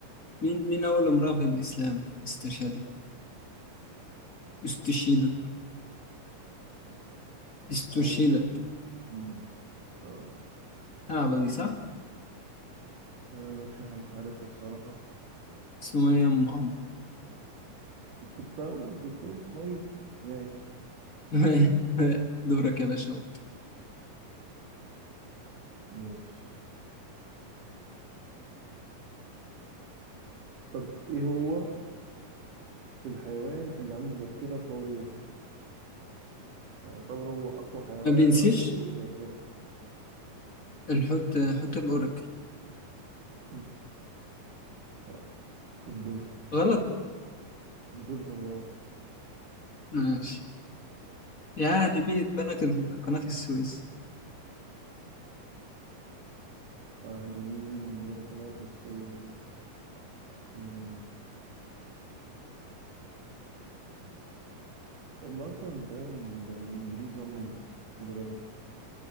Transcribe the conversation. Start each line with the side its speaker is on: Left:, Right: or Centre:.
Left: مين مين أول امرأة في الإسلام استشهدت استشهدت استشهدت
Right: هو مم. طيب.
Left: صعبة دي صح؟
Right: أنا مش مش عارفها الصراحة
Left: سمية أم عمرو
Right: كنت أقول كنت أقول اسماعيلي ماشي
Left: <laughs> دورك يا باشا ود.
Right: ماشي طب إيه هو الحيوان اللي عنده ذاكرة قوية؟ يعني يعتبر هو أقوى حيوان
Left: ما بينسيش
Right: عنده ذاكرة
Left: الحوت حوت الأورك
Right: مم. آه، الدولفين
Left: غلط
Right: الدولفين غلط
Left: ماشي يا عهد مين اتبنت قناة السويس
Right: عند مين من قناة السويس مم. هم أصلا تقريبا ال- الإنجليز هم اللي بنوا